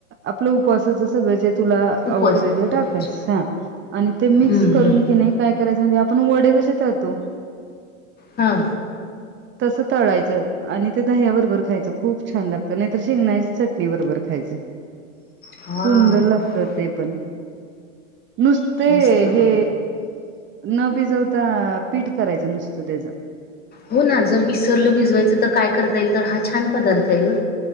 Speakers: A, on the right; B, on the left.
A: आपलं उपवासाच सगळं जे तुला
B: उपवासाचं.
A: आवडतय ते टाकायचं
B: अच्छा.
A: ते मिक्स
B: हं,
A: करून
B: हं, हं.
A: की नाही काय कराय माहि आपण वडे कसे तळतो
B: हां
A: तसं तळायचं आणि ते दह्या बरोबर खायचं खूप छान लागतं नाहीतर शेंगण्याच्या चटणी बरोबर खायचं.
B: हां.
A: सुंदर लागतं ते पण. नुसतं
B: मस्त बघ.
A: हे न भिजवता करायचं नसतं त्याचं
B: हो ना जर विसरलं भिजवायचं तर काय करता येईल तर हा छान पदार्थ आहे गं